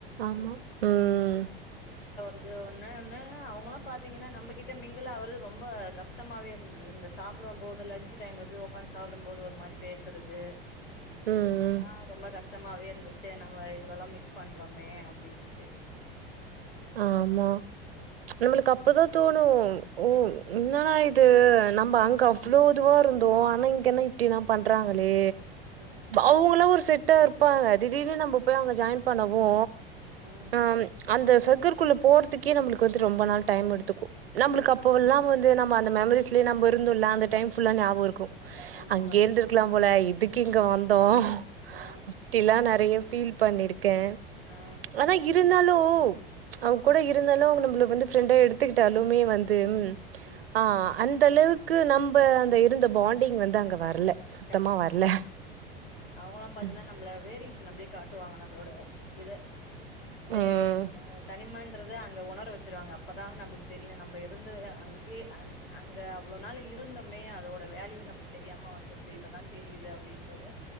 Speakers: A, on the right; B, on the left.
A: ஆமா ம்
B: இது ஒன்னு ஒன்னு அவுங்கலா பார்த்தீங்கன்னா நம்மகிட்ட மிங்கல் ஆவறது ரொம்ப கஷ்டமாவே இருந்தது இந்த சாப்பிட போது லஞ்ச் டைம்ல போய் உக்காந்து சாப்பிடும் போது ஒரு மாரி பேசுறது
A: ம் ம்
B: ஆஹ் ரொம்ப கஷ் ஷ்டாமாவே இருந்துச்சு நம்ம இவ்ளோலா மிஸ் பண்றோமே அப்டின்ட்டு
A: ஆமா நம்மளுக்கு அப்போதா தோணு ஓ
B: ம்
A: இன்னா இது நம்ம அங்க அவ்ளோ இதுவா இருந்தோ ஆனா இங்க என்ன இப்டிலா பண்றாங்க ளே
B: ம்
A: அவுங்களா ஒரு செட் ட்டா இருப்பாங்க திடீர்னு நம்ம போய் அங்க ஜாயின் பண்ணவோ
B: ம்
A: ஆம் அந்த ச சங்கக்குள்ள போகறிறதுக்கே நம்மளுக்கு வந்து ரொம்ப நாள் டைம் எடுத்துக்கும் நம்மளுக்கு
B: ம்
A: அப்ப எல்லாம் வந்து நம்ம அந்த மெமரிஸ்லே நம இருந்த அந்த டைம்ல்லா ஞாபம் இருக்கும்
B: கண்டிப்பா
A: அங்கே இருந்திருக்கலாம் போல இதுக்கு இங்க வந்தோம்
B: ஆ
A: அப்டிலாம் நெறைய பீல் பண்ணிருக்கு இருக்கேன்
B: ஆ ஆ
A: அதான் இருந்தாலும் அவ
B: ஆ, ம்
A: கூட இருந்தாலும் நம்மளு வந்து பிரரெண்டா எடுத்துக்கிட்டாலுமே வந்து இருந்துட்டு
B: ம்
A: ஆஹ் அந்த அளவுக்கு நம்ம அந்த இருந்த பாண்டிங் வந்து அங்கே வரல சுத்தமா
B: கண்டிப்பா
A: வரல
B: அவங்கல்லாம் பாத்தீன்னா
A: ம்
B: நம்மள வேறுஸ் அப்டியே காட்டுவாங்க நம்மளோட இத அப்டியே
A: ம்.
B: நம்ம தனிமன் அங்க உணர வச்சிருவாங்க அப்தான் நமக்கு தெரியும் நம்ப அங்க அங்க அவ்ளவு நாள் இருந்தமே அதோட வேல்யூ நமக்கு தெரியாம வந்து இப்பதான் தெரியுது அப்டின்றது